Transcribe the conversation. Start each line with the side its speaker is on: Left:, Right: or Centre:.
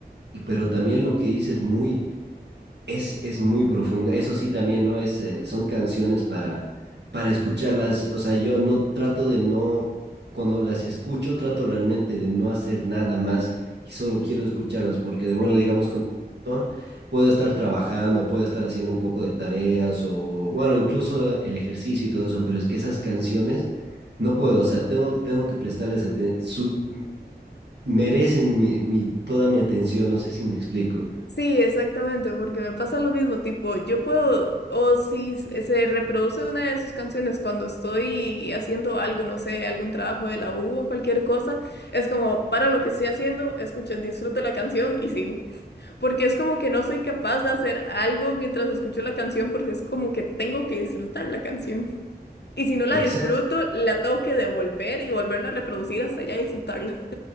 Right: y, pero también lo que dices muy, es, es muy profundo. Eso sí, también, ¿no? Es, eh, son canciones para, para escucharlas. O sea, yo no trato de no, cuando las escucho, trato realmente de no hacer nada más y solo quiero escucharlas, porque de bueno,
Left: Sí,
Right: digamos, con el reggaetón, puedo estar trabajando, puedo estar haciendo un poco de tareas o, bueno, incluso el ejercicio y todo eso, pero es que esas canciones no puedo, o sea, tengo, tengo que prestarles atención, merecen mi, mi, toda mi atención, no sé si me explico.
Left: sí, exactamente, porque me pasa lo mismo, tipo, yo puedo, o si s- se reproduce una de sus canciones cuando estoy haciendo algo, no sé, algún trabajo de la U o cualquier cosa, es como, paro lo que estoy haciendo, escucho, disfruto la canción y sigo. porque es como que no soy capaz de hacer algo mientras escucho la canción, porque es como que tengo que disfrutar la canción. Y si no la
Right: Exacto.
Left: disfruto, la tengo que devolver y volverla a reproducir hasta ya disfrutarla.